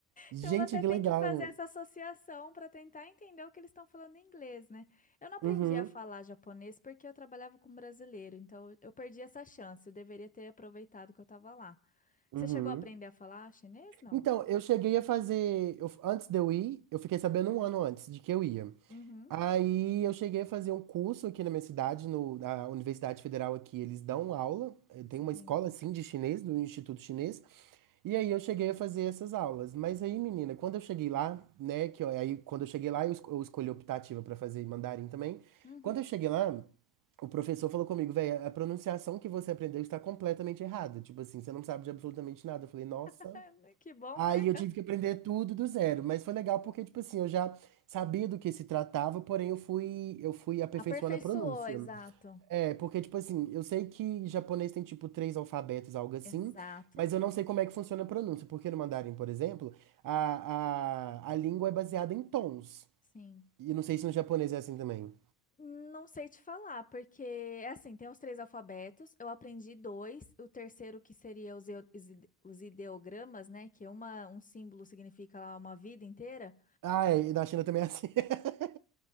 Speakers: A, on the right; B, on the left.
A: Gente,
B: Então você
A: que
B: tem
A: legal.
B: que fazer essa associação para tentar entender o que eles estão falando em inglês, né? Eu não aprendi
A: Uhum,
B: a falar japonês porque eu trabalhava com brasileiro, então eu perdi essa chance. Eu deveria ter aproveitado que eu estava lá.
A: uhum.
B: Você chegou a aprender a falar chinês? Não.
A: Então, eu cheguei a fazer. eu- antes de eu ir, eu fiquei sabendo um ano antes de que eu ia.
B: Uhum.
A: Aí eu cheguei a fazer um curso aqui na minha cidade, no, na Universidade Federal aqui, eles dão aula, eh, tem uma
B: Sim.
A: escola assim de chinês, do Instituto Chinês, e aí eu cheguei a fazer essas aulas. Mas aí, menina, quando eu cheguei lá, né, que eu- aí quando eu cheguei lá, eu, esco- eu escolhi optativa para fazer mandarim também.
B: Uhum.
A: Quando eu cheguei lá, o professor falou comigo, velho, a pronunciação que você aprendeu está completamente errada. Tipo assim, você não sabe de absolutamente nada. Eu falei, nossa.
B: <laughs> Que bom,
A: Aí
B: né?
A: eu tive que aprender tudo do zero, mas foi legal porque, tipo assim, eu já sabia do que se tratava, porém eu fui, eu fui aperfeiçoando
B: Aperfeiçoou,
A: a pronúncia.
B: exato.
A: É, porque, tipo assim, eu sei que japonês tem, tipo, três alfabetos, algo assim,
B: Exato.
A: mas eu não sei como é que funciona a pronúncia, porque no mandarim, por exemplo, a, a, a língua é baseada em tons.
B: Sim.
A: E não sei se no japonês é assim também.
B: Não sei te falar, porque é assim, tem os três alfabetos, eu aprendi dois, o terceiro que seria os, eu- os ide- os ideogramas, né, que é uma, um símbolo significa lá uma vida inteira.
A: Ah, é, e na China também é assim. <laughs>